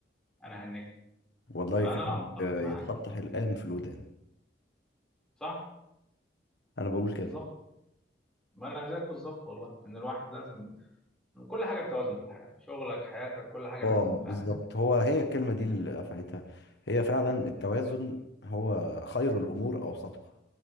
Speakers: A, in the centre; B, on the left.
A: انا هنكت
B: والله
A: فانا
B: كلامك
A: لا متفق
B: يتحط
A: معاك
B: حلقان في الودان
A: صح
B: انا بقول كده
A: بالظبط ما انا زيك بالظبط والله ان الواحد لازم كل حاجه بتوازن في الحياه شغلك حياتك كل حاجه
B: اه
A: لازم
B: بالظبط
A: فاهم
B: هو هي الكلمة دي اللي قفلتها هي فعلا
A: بالظبط
B: التوازن هو خير الأمور أوسطها